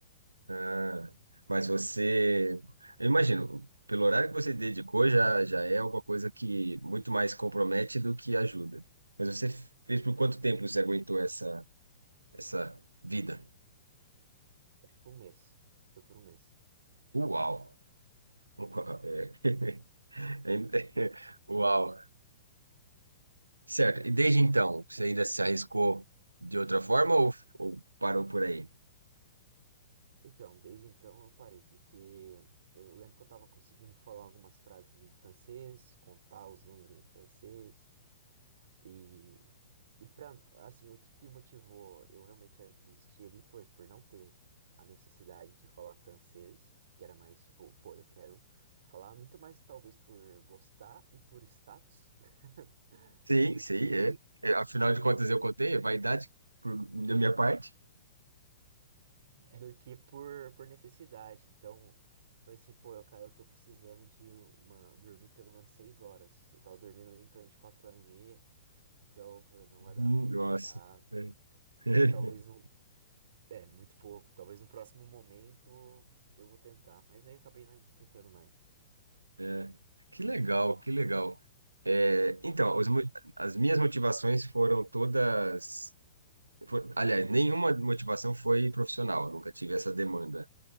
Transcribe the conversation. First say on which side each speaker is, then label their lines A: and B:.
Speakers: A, on the right; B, on the right.
A: Ah, mas você. Eu imagino, pelo horário que você dedicou, já, já é alguma coisa que muito mais compromete do que ajuda. Mas você fez por quanto tempo você aguentou essa, essa vida?
B: Por um mês. Foi por um mês.
A: Uau! Uau, é. <laughs> Ainda- Uau! Certo, e desde então, você ainda se arriscou de outra forma ou, ou parou por aí?
B: Então, desde então eu parei, porque eu lembro que eu estava conseguindo falar algumas frases em francês, contar os números em francês, e, e para, assim, o que que motivou eu realmente a desistir ali foi por não ter a necessidade de falar francês, que era mais tipo, pô, eu quero falar muito mais talvez por gostar e por status <laughs>
A: Sim,
B: do
A: sim,
B: que
A: é. É, Afinal de contas, eu contei, é vaidade por- da minha parte.
B: do que por, por necessidade. Então, eu falei assim, pô, eu, cara, eu tô precisando de uma, dormir pelo menos seis horas. Eu tava dormindo ali em torno de quatro horas e meia. Então, eu falei, não vai dar.
A: Hum, Nossa.
B: Vai dar,
A: É. <laughs>
B: talvez no, é, muito pouco. Talvez no próximo momento eu vou tentar. Mas aí eu acabei não tentando mais.
A: É. Que legal, que legal. É, então, os mo- as minhas motivações foram todas. fo- aliás, nenhuma motivação foi profissional, nunca tive essa demanda